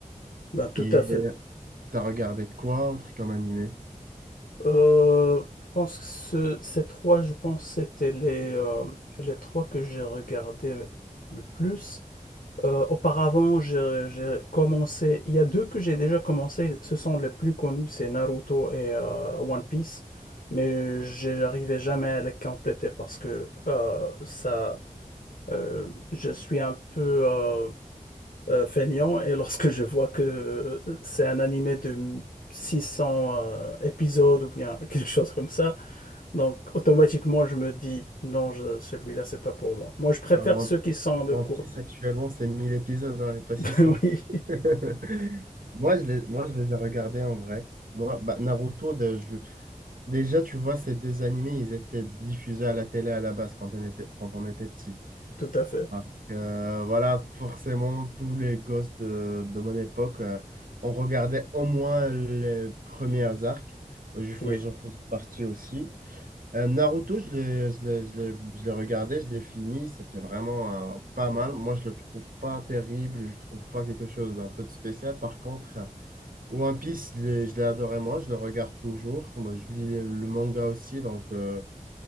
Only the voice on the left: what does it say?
Ben, tout
à fait.
Euh, je pense que ce- ces trois, je pense, c'était les, euh, les trois que j'ai regardés le plus. Euh, auparavant, j'ai j'ai commencé. Il y a deux que j'ai déjà commencé. Ce sont les plus connus, c'est Naruto et euh, One Piece. Mais j'ai- j'arrivais jamais à les compléter parce que euh, ça, euh, je suis un peu. euh, euh, feignant et lorsque je vois que c'est un animé de 600 euh, épisodes ou bien <laughs> quelque chose comme ça, donc automatiquement je me dis non, je- celui-là c'est pas pour moi. Moi je préfère
ceux qui sont de
courte.
<laughs> Oui,
tout à fait.
Oui.